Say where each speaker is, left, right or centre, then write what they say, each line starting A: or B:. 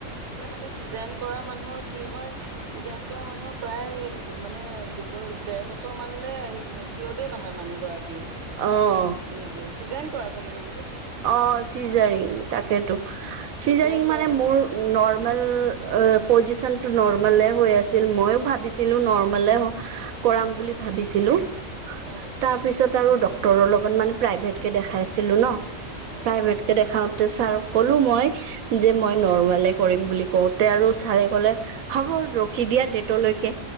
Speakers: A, on the right; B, on the right.
A: এই মানে চিজাৰিন কৰা মানুহৰ কি হয় চিজাৰিন কৰা মানুহ প্ৰায়, মানে দুব দেৰ বছৰ মানলৈ <unintelligible> নহয় মানুহগৰাকী।
B: অ'।
A: নিজে, চিজাৰিন কৰা চাগে বেবি।
B: অ চিজাৰিন, তাকেতো চিজাৰিন
A: চিজাইন কৰা
B: মানে
A: মানুহ
B: মোৰ নৰমেল অ', পজিচন টো নৰ্মলে হৈ আছিল, মইও ভাবিছিলো নৰ্মালে হ কৰাম বুলি ভাবিছিলো।
A: অঁ
B: তাৰ পিছত আৰু ডটৰৰ লগত মানে প্ৰাইভেট কে দেখাইছিলো ন।
A: অঁ
B: প্ৰাইভেট কে দেখাওতে ছাৰক ক'লো মই যে মই নৰৰ্মালে কৰিম বুলি কওঁতে আৰু ছাৰে ক'লে হ'ব ৰখি দিয়া ডেটলৈকে।